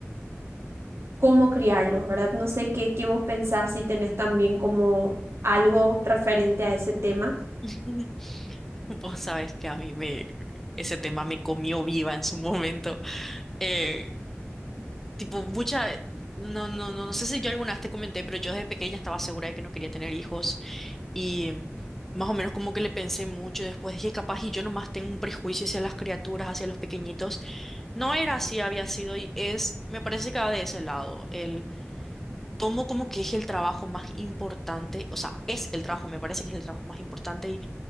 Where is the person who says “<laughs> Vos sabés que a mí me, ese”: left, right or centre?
Centre